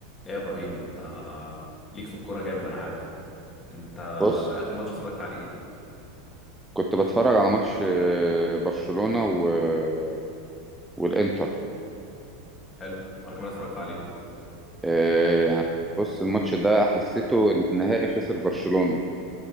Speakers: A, on the left; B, in the centre.
A: ايه يا ابراهيم انت ليك في الكوره جامد انا عارف انت
B: بص
A: اخر ماتش اتفرجت عليه ايه
B: كنت بتفرج على ماتش آه، برشلونة و... آه، والإنتر
A: حلو وانا كمان اتفرجت عليه
B: آه، يعني بص الماتش ده حسيته النهائي خسر برشلونة